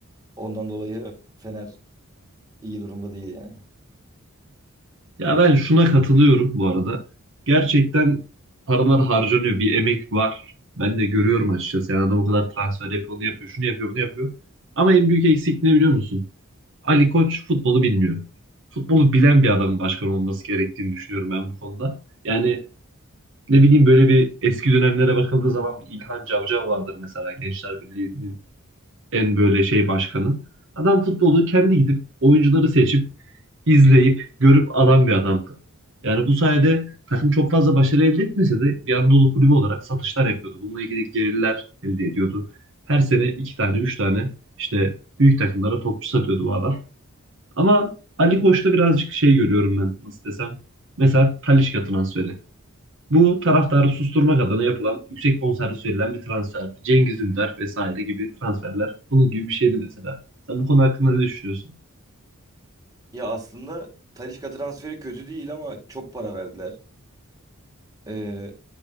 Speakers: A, on the right; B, on the right.
A: Ondan dolayı Fener iyi durumda değil yani.
B: Ya ben şuna katılıyorum bu arada. Gerçekten paralar harcanıyor. Bir emek var. Ben de görüyorum açıkçası. Yani adam o kadar transfer yapıyor, onu yapıyor, şunu yapıyor, bunu yapıyor. Ama en büyük eksik ne biliyor musun? Ali Koç futbolu bilmiyor. Futbolu bilen bir adamın başkan olması gerektiğini düşünüyorum ben bu konuda. Yani ne bileyim böyle bir eski dönemlere bakıldığı zaman bir İlhan Cavcav vardır mesela Gençler Birliği en böyle şey başkanı. Adam futbolu kendi gidip oyuncuları seçip izleyip görüp alan bir adamdı. Yani bu sayede takım çok fazla başarı elde etmese de bir Anadolu kulübü olarak satışlar yapıyordu. Bununla ilgili gelirler elde ediyordu. Her sene iki tane, üç tane işte büyük takımlara topçu satıyordu bu adam. Ama Ali Koç'ta birazcık şey görüyorum ben nasıl desem. Mesela Talisca transferi. Bu taraftarı susturmak adına yapılan yüksek bonservis verilen bir transferdi. Cengiz Ünder vesaire gibi transferler bunun gibi bir şeydi mesela. Sen bu konu hakkında ne düşünüyorsun?
A: Ya aslında Talisca transferi kötü değil ama çok para verdiler. Ee,